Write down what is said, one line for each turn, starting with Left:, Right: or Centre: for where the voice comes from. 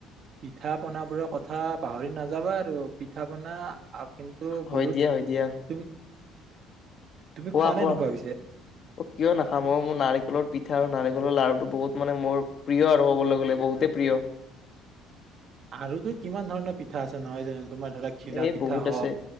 Right: পিঠা পন বোৰৰ কথা পাহৰি নাযাবা আৰু। পিঠা পনা কিন্তু
Left: হয়
Right: বহুত
Left: দিয়া হয় দিয়া
Right: তুমি তুমি
Left: কোৱা
Right: খোৱা নে
Left: কোৱা
Right: নোখোৱা পিছে?
Left: অ কিয় নাখাম অ মোৰ নাৰিকলৰ পিঠা আৰু নাৰিকলৰ লাড়ুটো বহুত মানে মোৰ প্ৰিয় আৰু ক'বলৈ গ'লে বহুতেই প্ৰিয়।
Right: আৰুতো কিমান ধৰণৰ পিঠা আছে? নহয় যেন তোমাৰ ধৰা ঘিলা
Left: এই
Right: পিঠা
Left: বহুত
Right: হওক
Left: আছে